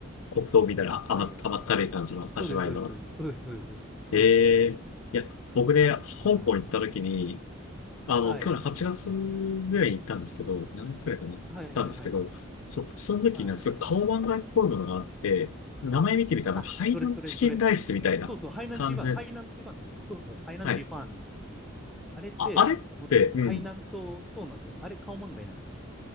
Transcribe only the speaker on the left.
黒糖みたいな甘、
甘ったるい感じの味わいの。
ええいや、
僕ね、
香港行った時に、あの、
去年8月ぐらいに行ったんですけど、7月ぐらいかな、行ったんですけど、
そ、その時にね、
すごい顔漫画っぽいものがあって、名前見てみたら、
なんかハイダンチキンライスみたいな感じです。
はい。
あ、あれって、
うん。